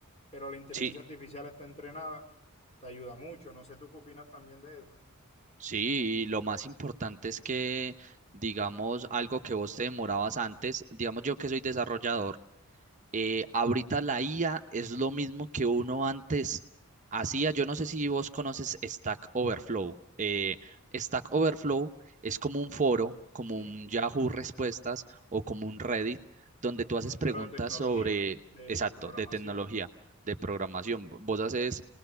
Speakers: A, on the left (about 30°); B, on the right (about 35°).
A: pero la inteligencia
B: Sí,
A: artificial está entrenada, te ayuda mucho. No sé, ¿tú qué opinas también de eso?
B: sí, y lo más importante es que, digamos, algo que vos te demorabas antes, digamos yo que soy desarrollador. Eh, ahorita la IA es lo mismo que uno antes hacía. Yo no sé si vos conoces Stack Overflow. Eh, Stack Overflow es como un foro, como
A: Sí,
B: un Yahoo Respuestas o como un Reddit, donde tú haces preguntas
A: pero de tecnología,
B: sobre,
A: de
B: exacto,
A: programación.
B: de tecnología, de programación. Vos haces